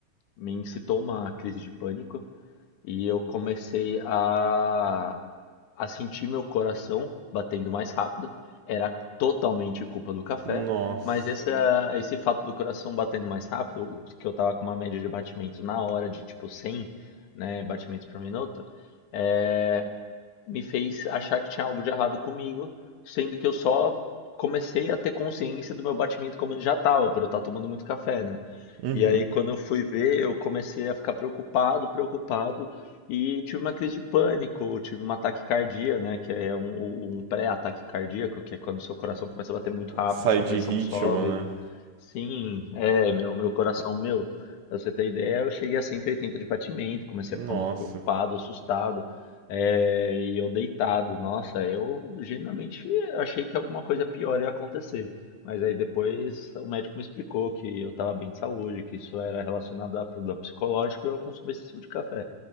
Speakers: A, on the left; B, on the right.
A: me incitou uma crise de pânico. E eu comecei a, a sentir meu coração batendo mais rápido. Era totalmente culpa do café,
B: Nossa.
A: mas esse esse fato do coração batendo mais rápido, o- que eu tava com uma média de batimentos na hora de tipo 100, né, batimentos por minuto, é, me fez achar que tinha algo de errado comigo, sendo que eu só comecei a ter consciência do meu batimento como ele já tava, por eu estar tomando muito café, né?
B: Uhum.
A: E aí, quando eu fui ver, eu comecei a ficar preocupado, preocupado, e tive uma crise de pânico, tive uma taquicardia, né? Que é um, um pré-ataque cardíaco, que é quando seu coração começa a bater muito rápido,
B: Sai
A: sua
B: de
A: pressão
B: ritmo,
A: sobe.
B: né?
A: Sim, é, meu, meu coração, meu, pra você ter ideia, eu cheguei a 180 de batimento, comecei
B: Nossa.
A: a ficar muito preocupado, assustado, é, e eu deitado, nossa, eu genuinamente achei que alguma coisa pior ia acontecer, mas aí depois o médico me explicou que eu estava bem de saúde, que isso era relacionado a problema psicológico e ao consumo excessivo de café.